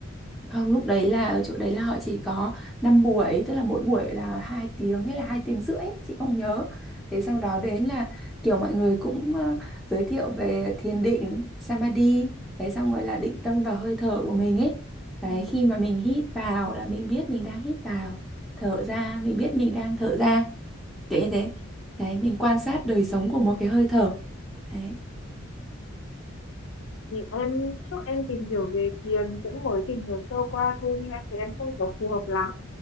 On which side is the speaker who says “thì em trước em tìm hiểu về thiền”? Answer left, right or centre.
Left